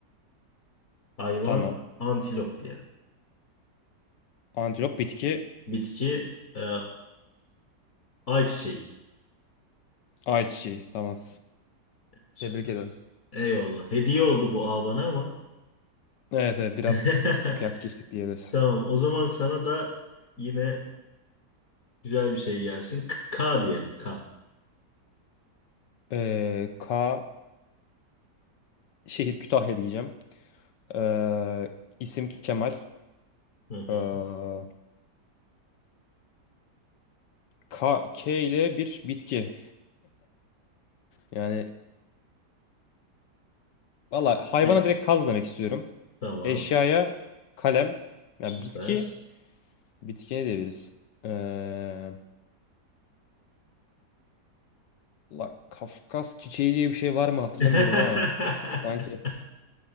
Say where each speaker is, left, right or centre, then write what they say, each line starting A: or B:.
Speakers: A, on the left (about 55°); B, on the left (about 80°).
A: hayvan
B: Tamam.
A: antilop diyelim.
B: Antilop bitki
A: Bitki e, ayçiçeği.
B: ayçiçeği. Tamam.
A: Süper.
B: Tebrik ederim.
A: Eyvallah. Hediye oldu bu A bana ama.
B: Evet evet biraz
A: <laughs>
B: kıyak geçtik diyebiliriz.
A: Tamam. O zaman sana da yine güzel bir şey gelsin. K, K diyelim K.
B: Eee, K şehir Kütahya diyeceğim. Eee isim Kemal.
A: Hı hı.
B: Eee, K, K ile bir bitki. Yani valla hayvana
A: E,
B: direkt kaz demek istiyorum.
A: tamam.
B: Eşyaya kalem. Yani
A: Süper.
B: bitki Bitki ne diyebiliriz? Ee, la, Kafkas çiçeği diye bir şey var mı hatırlamıyorum
A: <laughs>
B: ama sanki